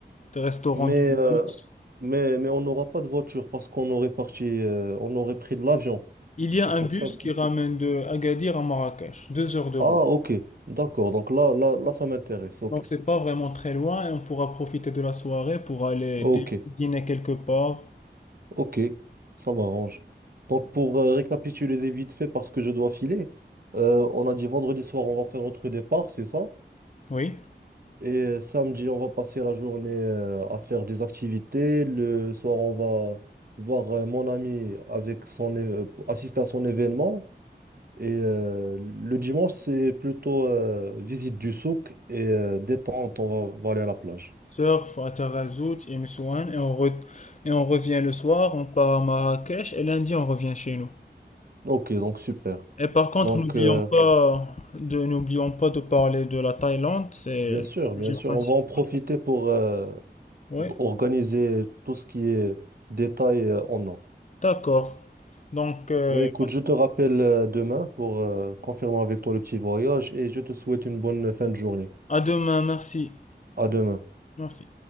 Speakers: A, on the left; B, on the right.
A: Des restaurants
B: mais,
A: de
B: euh,
A: luxe.
B: mais, mais on n'aura pas de voiture parce qu'on aurait parti... euh, on aurait pris de l'avion.
A: Il y a
B: C'est
A: un
B: pour
A: bus
B: ça
A: qui ramène de Agadir à Marrakech. Deux heures de route.
B: Ah, ok, d'accord. Donc là, là, là, ça m'intéresse. Ok,
A: Donc, c'est pas vraiment très loin et on pourra profiter de la soirée pour aller
B: ok,
A: dî- dîner quelque part.
B: ok, ça m'arrange. Donc pour euh, récapituler les vite fait, parce que je dois filer, euh, on a dit vendredi soir, on va faire notre départ, c'est ça?
A: Oui.
B: Et euh, samedi, on va passer la journée euh, à faire des activités. Le soir, on va voir euh, mon ami avec son é- euh, assister à son événement. Et euh, le dimanche, c'est plutôt euh, visite du souk et euh, détente. On va, on va aller à la plage.
A: Surf à Tarazout et Messouane. Et on, re- et on revient le soir. On part à Marrakech et lundi, on revient chez nous.
B: Ok, donc super.
A: Et par contre,
B: Donc,
A: n'oublions
B: euh,
A: pas de, n'oublions pas de parler de la Thaïlande, c'est
B: bien
A: le
B: sûr, bien
A: sujet
B: sûr,
A: principal.
B: on va en profiter pour euh,
A: Oui,
B: or- organiser tout ce qui est détail euh, en ordre.
A: d'accord. Donc, euh,
B: Ben, écoute, je te rappelle euh, demain pour euh, confirmer avec toi le petit voyage et je te souhaite une bonne fin de journée.
A: à demain, merci.
B: À demain.
A: Merci.